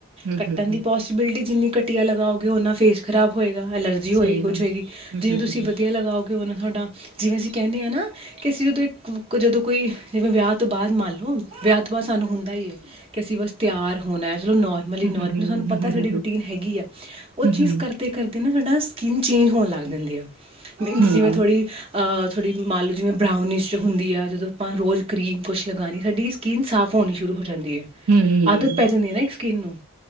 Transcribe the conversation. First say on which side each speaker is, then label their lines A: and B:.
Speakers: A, on the right; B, on the right.
A: ਹੂੰ-ਹੂੰ-ਹੂੰ
B: ਕੱਟਣ ਦੀ ਪੋਸ- ਬਿਲਡੀ ਜਿੰਨੀ ਘੱਟੀਆ ਲਗਾਓਗੇ, ਓਨਾ ਫੇਸ ਖਰਾਬ ਹੋਏਗਾ, ਐਲਰਜੀ ਹੋਏਗੀ,
A: ਸਹੀ
B: ਕੁਛ
A: ਗੱਲ ਹੈ।
B: ਹੋਏਗੀ।
A: ਹੂੰ-ਹੂੰ-ਹੂੰ,
B: ਜਿੰਨੀ ਤੁਸੀਂ ਵਧੀ ਆ ਲਗਾਓ ਗੇ ਓਨਾ ਥੋਡਾ ਜਿਵੇਂ ਅਸੀਂ ਕੈਨੇ ਆਂ ਨਾ ਕਿ ਅਸੀਂ ਜਦੋਂ ਇਕ ਜਦੋਂ ਕੋਈ ਜਿਵੇਂ ਵਿਆਹ ਤੋਂ ਬਾਦ ਮੰਨ ਲੋ। ਵਿਆ ਤੋਂ ਬਾਦ ਸਾਨੂੰ ਹੁੰਦਾ ਹੀ ਏ, ਕਿ ਅਸੀਂ ਬਸ ਤਿਆਰ ਹੋਣਾ ਐ। ਚਲੋ ਨੋਰਮ ਮਲੀ
A: ਹੂੰ-ਹੂੰ-ਹੂੰ,
B: ਨੋਰਮਲ ਸਾਨੂੰ ਪਤਾ ਸਾਡੀ ਰੂਟੀਨ ਹੈਗੀ ਆ, ਓਹ
A: ਹੂੰ-ਹੂੰ-ਹੂੰ,
B: ਚੀਜ਼ ਕਰ ਤੇ ਕਰਦੇ ਨਾ ਸਾਡਾ ਸਕਿੰਨ ਚੇਂਜ ਹੋਣ ਲੱਗ ਜਾਂਦੀ ਆ। ਮੀਨਸ
A: ਹੂੰ-ਹੂੰ,
B: ਜਿਵੇਂ ਥੋੜੀ ਅ ਥੋੜੀ ਮੰਨ ਲੋ ਜਿਵੇਂ ਬਰਾਊਨਿਸ਼ ਹੁੰਦੀ ਐ, ਜਦੋਂ ਅਪਾਂ ਰੋਜ਼ ਕਰੀਮ ਕੁਛ ਲਗਾਣੀ ਸਾਡੀ ਸ- ਸਕਿੰਨ ਸਾਫ਼ ਹੋਣੀ ਸ਼ੁਰੂ ਹੋ ਜਾਂਦੀ ਅ।
A: ਹੂੰ-ਹੂੰ।
B: ਆਦਤ ਪੈ ਜਾਂਦੀ ਏ ਨਾ ਇੱਕ ਸਕਿੰਨ ਨੂੰ।